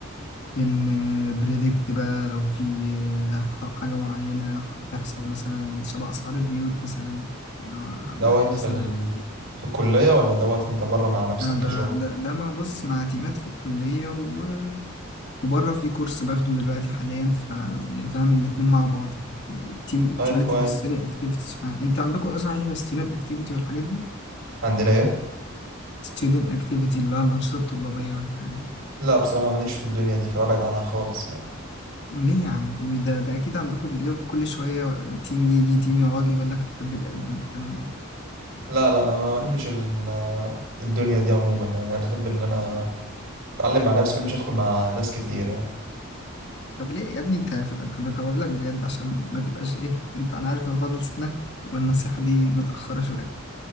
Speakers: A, on the left; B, on the right.
A: بنبريدكت بقى لو في آه، حاجة معينة هتحصل مثلا شبه أسعار البيوت مثلا إن هو معايا
B: دوت
A: مثلا
B: في ال... في الكلية ولا دوت انت بره مع نفسك
A: آه،
B: كشغل
A: ده ده ده مع بص مع تيمات في الكلية و- وبره في كورس باخده دلوقتي حاليا فاهم الاتنين مع بعض كده. التيم التيمات
B: طيب كويس
A: الستودنت اكتيفيتيز انت عندكم ايه صحيح الستودنت اكتيفيتي والحاجات دي
B: عندنا ايه
A: ستودنت اكتيفيتي اللي هو الانشطه الطلابيه والحاجات دي
B: لا بصراحة ماليش في الدنيا دي فببعد عنها خالص يعني
A: ليه يا عم مش ده ده اكيد عندكم بيلاقوا كل شويه تيم يجي تيم يقعد لي يقول لك تحب تقدم الكلام ده
B: لا لا انا ما بحبش
A: مم.
B: ال... الدنيا دي عموما يعني انا بحب ان انا اتعلم مع نفسي ما بحبش ادخل مع ناس كتير يعني
A: طب ليه يا ابني انت طب طب اقول لك بجد عشان ما تبقاش ايه انت انا عارف إن فاضل سنه والنصيحه دي متاخره شويه